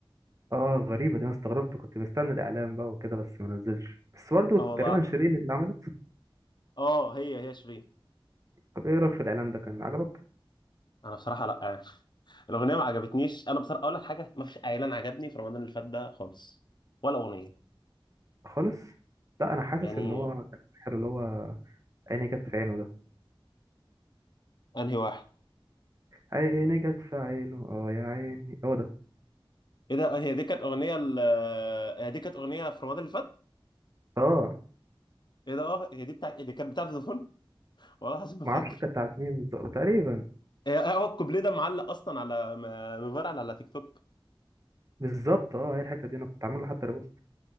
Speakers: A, on the right; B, on the left.
A: اه غريبة دي انا استغربت كنت مستني الاعلان بقى وكده بس ما نزلش بس برضه
B: اه والله
A: تقريبا شيرين اللي عملت
B: اه هي هي شيرين
A: طب ايه رأيك في الاعلان ده كان عجبك
B: انا بصراحه لا عارف. <laughs> الاغنيه ما عجبتنيش انا بصراحه اقول لك حاجه ما فيش اعلان عجبني في رمضان اللي فات ده خالص ولا اغنيه
A: خالص لا انا حاسس
B: يعني
A: ان هو كان حلو اللي هو عيني جت في عينه ده
B: انهي واحد
A: عيني جت في عينه اه يا عيني هو ده
B: ايه ده هي دي كانت اغنيه ال- هي دي كانت اغنيه في رمضان اللي فات
A: اه
B: ايه ده اه هي دي بتاعت اللي كانت بتاعت فودافون <laughs> والله العظيم ما
A: ما
B: فاكر
A: اعرفش كانت بتاعت مين بالظبط تقريبا
B: هي- هو الكوبليه ده معلق اصلا على م- مفرقع على تيك توك
A: بالظبط اه هي الحتة دي انا كنت عامل له حتى ريبوست